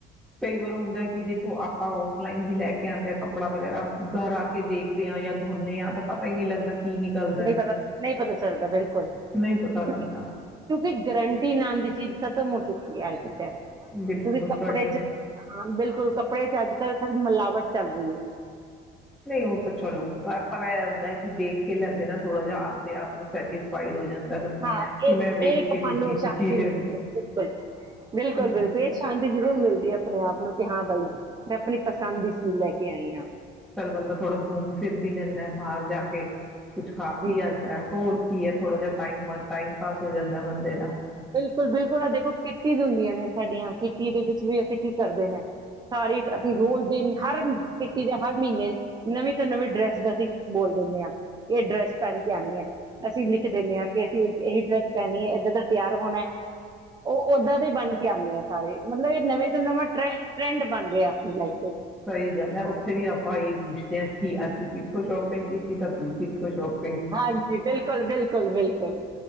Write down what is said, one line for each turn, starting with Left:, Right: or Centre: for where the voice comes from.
Centre: ਕਈ ਵਾਰ ਹੁੰਦਾ ਕਿ ਦੇਖੋ ਆਪਾਂ ਔਫਲਾਈਨ ਵੀ ਲੈ ਕੇ ਆਦੇ ਹਾ ਕੱਪੜਾ ਵਗੈਰਾ ਘਰ ਆ ਕੇ ਦੇਖਦੇ ਹਾਂ ਜਾਂ ਧੋਂਦੇ ਹਾਂ ਤਾਂ ਪਤਾ ਹੀ ਨੀ ਲੱਗਦਾ- ਕੀ ਨਿਕਲਦਾ
Right: ਨਹੀਂ
Centre: ਹੈ।
Right: ਪਤਾ ਨਹੀਂ ਪਤਾ ਚੱਲਦਾ ਬਿਲਕੁਲ ਕਿਉਕਿ
Centre: ਨਹੀਂ ਪਤਾ ਲੱਗਦਾ
Right: ਕਿਉਂਕਿ ਗਰੰਟੀ ਨਾਮ ਦੀ ਚੀਜ਼ ਖਤਮ- ਹੋ ਚੁੱਕੀ ਹੈ ਅੱਜ ਦੇ ਟਾਇਮ ਚ-
Centre: ਬਿਲਕੁਲ
Right: ਤੁਸੀਂ ਕੱਪੜੇ
Centre: ਤੁਹਾਡੀ
Right: ਚ ਹਾਂ ਬਿਲਕੁਲ- ਕੱਪੜੇ ਚ ਅੱਜ ਕੱਲ੍ਹ ਸ ਮਿਲਾਵਟ- ਚੱਲ ਰਹੀ ਏ
Centre: ਨਹੀਂ ਉਹ ਤਾਂ ਚਲੋ ਪਰ ਇਹ ਹੁੰਦਾ ਕਿ ਦੇਖ ਕੇ ਲੈਂਦੇ ਨਾ ਥੋੜਾ ਜਿਹਾ ਆਪਦੇ ਆਪ ਨੂੰ ਸੈਟਿਸਫਾਈਡ ਹੋ ਜਾਂਦਾ- ਬੰਦਾ
Right: ਹਾਂ
Centre: ਕਿ
Right: ਇਹ
Centre: ਮੈਂ ਵੇਖ
Right: ਇੱਕ
Centre: ਕੇ ਲਿੱਤੀ
Right: ਮਨ ਨੂੰ ਸ਼ਾਂਤੀ
Centre: ਸੀ ਚੀਜ਼
Right: ਮਿਲਦੀ ਹੈ ਬਿਲਕੁਲ ਬਿਲਕੁਲ
Centre: ਹੂੰ
Right: ਬਿਲਕੁਲ ਇਹ ਸ਼ਾਂਤੀ ਜ਼ਰੂਰ ਮਿਲਦੀ ਹੈ। ਆਪਣੇ ਆਪ ਨੂੰ ਕਿ ਹਾਂ ਬਾਈ ਮੈਂ ਆਪਣੀ ਪਸੰਦ ਦੀ ਚੀਜ਼ ਲੈ ਕੇ ਆਈ ਆ।
Centre: ਚੱਲ ਬੰਦਾ ਥੋੜ੍ਹਾ ਘੁੰਮ ਫਿਰ ਵੀ ਲੈਂਦਾ ਹੈ ਬਾਹਰ ਜਾ ਕੇ- ਕੁਛ ਖਾ
Right: ਜੀ
Centre: ਪੀ ਆਂਦਾ ਹੋਰ ਕੀ ਏ ਥੋੜਾ ਜਿਹਾ ਟਾਈ ਟਾਈਮ ਪਾਸ ਹੋ ਜਾਂਦਾ ਬੰਦੇ ਦਾ-
Right: ਬਿਲਕੁਲ- ਬਿਲਕੁਲ ਆ ਦੇਖੋ ਕਿੱਟੀਜ਼ ਹੁੰਦੀਆਂ ਨੇ- ਸਾਡੀਆਂ ਕਿੱਟੀ ਦੇ ਵਿੱਚ ਵੀ ਅਸੀਂ ਕੀ ਕਰਦੇ ਨੇ। ਤਾਰੀਫ਼ ਅਸੀਂ ਰੋਜ਼ ਦਿਨ ਹਰ ਛੁੱਟੀ ਦੇ ਹਰ ਮਹੀਨੇ ਨਵੀਂ ਤੋਂ, ਨਵੀਂ ਡਰੈਸ ਦਾ ਅਸੀਂ ਬੋਲ ਦਿੰਦੇ ਆ। ਇਹ ਡਰੈਸ ਪੈਣ ਕੇ ਆਉਣੀ ਐਂ। ਅਸੀਂ ਲਿਖ ਦਿੰਦੇ ਆ, ਕਿ ਅਸੀਂ ਇਹੀ ਡਰੈਸ ਪੈਣੀ, ਇਦਾਂ ਦਾ ਤਿਆਰ ਹੋਣਾ, ਉਹ ਓਦਾਂ ਦੇ ਬਣ ਕੇ ਆਉਂਦੇ ਆ ਸਾਰੇ, ਮਤਲਬ ਇਹ ਨਵੇਂ ਤੋਂ ਨਵਾਂ ਟਰ ਟਰੈਂਡ ਬਣ ਰਿਹਾ। ਮਿਲ ਆਈ।
Centre: ਸਹੀ ਗੱਲ, ਉੱਥੇ ਵੀ ਆਪਾਂ ਇਹੀ ਪੁੱਛਦੇ ਐ। ਕਿ ਆ ਤੂੰ ਕਿੱਥੋਂ ਸ਼ੋਪਿੰਗ ਕੀਤੀ, ਤਾਂ ਤੂੰ ਕਿੱਥੋਂ ਸ਼ੋਪਿੰ
Right: ਹਾਂਜੀ ਬਿਲਕੁਲ ਬਿਲਕੁਲ ਬਿਲਕੁਲ